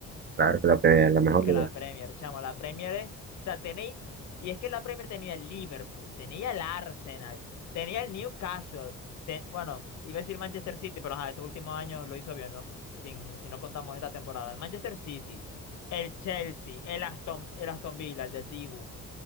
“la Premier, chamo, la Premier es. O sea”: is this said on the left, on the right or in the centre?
Left